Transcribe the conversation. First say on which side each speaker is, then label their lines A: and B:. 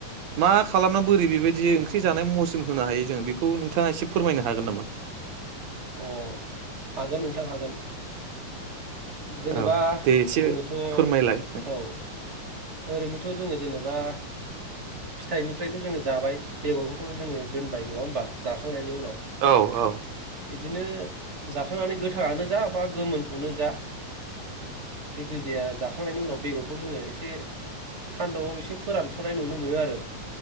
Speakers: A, on the right; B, on the right.
A: मा खालामना बोरै बेबायदि ओंख्रि जानाय महरसिम होनो हायो जोङो बेखौ नोंथाङा एसे फोरमायनो हागोन नामा?
B: अ हागोन नोंथां हागोन जेनेबा
A: औ दे एसे
B: जोङोथ' औ
A: फोरमायलाय
B: ओरैनोथ' जोङो जेनेबा फिथाइनिफ्रायथ जोङो जाबाय बेगरखौथ' जोङो दोनबाय नङा होमबा जाखांनायनि उनाव
A: औ औ
B: बिदिनो जाखांनानै गोथाङानो जा बा गोमोनखौनो जा जायखिजाया जाखांनायनि उनाव बेगरखौ जोङो एसे सान्दुंआव एसे फोरानसनाय नुनो मोनो आरो